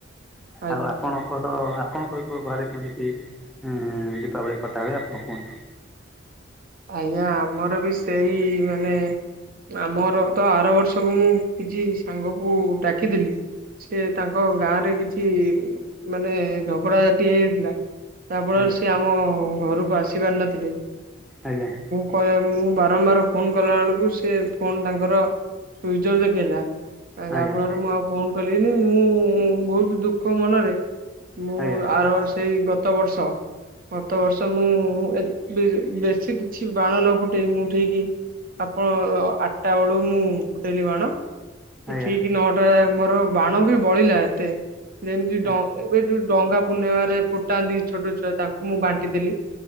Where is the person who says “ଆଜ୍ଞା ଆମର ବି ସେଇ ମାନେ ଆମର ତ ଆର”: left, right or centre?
Right